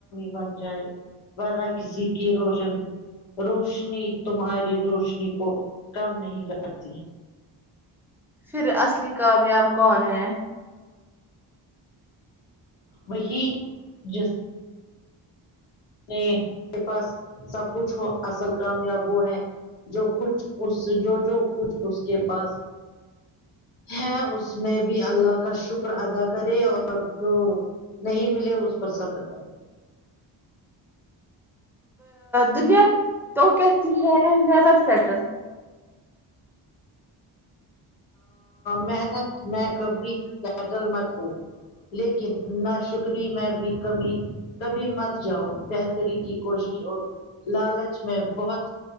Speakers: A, on the left; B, in the centre.
A: بن جائے ورنہ کسی کی روشن روشنی تمہاری روشنی کو کم نہیں کر سب جی
B: پھر اصلی کامیاب کون ہے
A: وہی جس میں کے پاس سب کچھ ہو اصل کامیاب وہ ہے جو کچھ اس جو جو کچھ اس کے پاس ہے اس میں بھی اللہ کا شکر ادا کرے اور جو نہیں ملے اس پر صبر کریں
B: دنیا تو کہتی ہیں نیبر سیٹل
A: محنت میں کبھی بتل مت ہوں لیکن نہ شکری میں بھی کمی کبھی مت جاؤ بہتری کی کوشش اور لالچ میں بہت